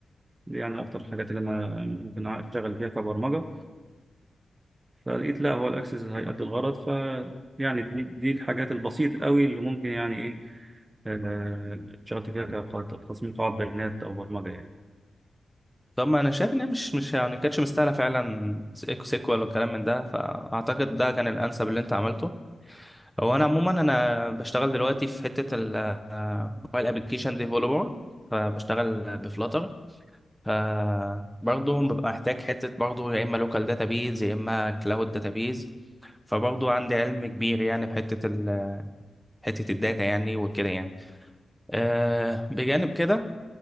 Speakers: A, on the right; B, in the centre.
A: دي يعني أكتر الحاجات اللي أنا ممكن أشتغل فيها كبرمجة فلقيت لا هو الأكسس هيأدي الغرض ف يعني دي, دي الحاجات البسيطة قوي اللي ممكن يعني إيه آه، اشتغلت فيها كتصميم قواعد بيانات أو برمجة يعني
B: طب ما انا شايف ان هي مش مش يعني كانتش مستاهله فعلا سيكو سيكوال والكلام من ده فاعتقد ده كان الانسب اللي انت عملته هو انا عموما انا بشتغل دلوقتي في حته الموبايل ابلكيشن ديفلوبر فبشتغل بفلاتر فبرضه ببقى محتاج حته برضه يا اما لوكال داتابيز يا اما كلاود داتابيز فبرضه عندي علم كبير يعني بحته ال حته الداتا يعني وكده يعني أه بجانب كده